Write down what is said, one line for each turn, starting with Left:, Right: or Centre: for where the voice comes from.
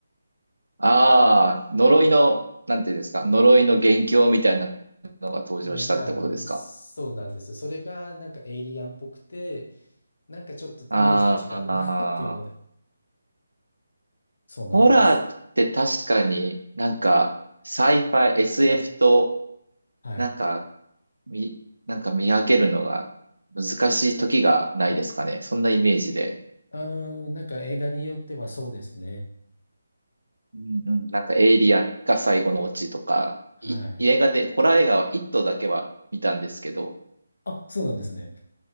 Right: ああ、呪いの、なんていうんですか、呪いの元凶みたいなのが登場したってことですか。
Left: のが、そうなんですよ。それがなんかエイリアンっぽくて、なんかちょっとイメージと違うな
Right: ああ、
Left: <laughs> っていうので。そうなんです。
Right: ホラーって確かになんか、サイファイ、SF と、
Left: はい。
Right: なんか、み、なんか見分けるのが難しい時がないですかね。そんなイメージで。
Left: うーん、なんか映画によってはそうですね。
Right: うんうん、なんかエイリアンが最後のオチとか、
Left: はい。
Right: い映画で、ホラー映画は一頭だけは見たんですけど、
Left: あ、そうなんですね。